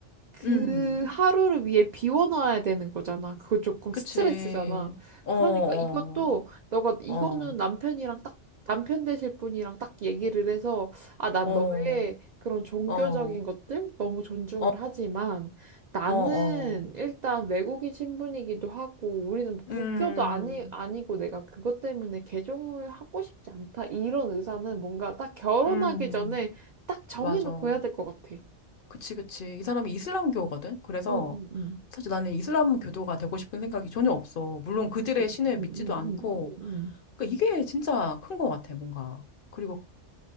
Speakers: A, on the right; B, on the left.
A: 그
B: 음,
A: 하루를 위해 비워놔야 되는 거잖아. 그거 조금
B: 그치.
A: 스트레스잖아.
B: 어,
A: 그러니까
B: 어,
A: 이것도 너가 이거는
B: 어,
A: 남편이랑 딱 남편 되실 분이랑 딱 얘기를 해서 아, 난
B: 어,
A: 너의 그런 종교적인
B: 어, 어,
A: 것들 너무 존중을
B: 어,
A: 하지만 나는
B: 어, 어,
A: 일단 외국인 신분이기도 하고 우리는 뭐 국교도
B: 음,
A: 아니 아니고 내가 그것 때문에 개종을 하고 싶지 않다. 이런 의사는 뭔가 딱 결혼하기
B: 음,
A: 전에 딱 정해놓고
B: 맞아.
A: 해야 될 것 같아.
B: 그치, 그치. 이 사람이 이슬람교거든? 그래서
A: 응, 응, 응.
B: 사실 나는 이슬람교도가 되고 싶은 생각이 전혀 없어. 물론 그들의
A: 지.
B: 신을
A: 응,
B: 믿지도
A: 응,
B: 않고.
A: 응, 응,
B: 그러니까 이게 진짜 큰 것 같아, 뭔가. 그리고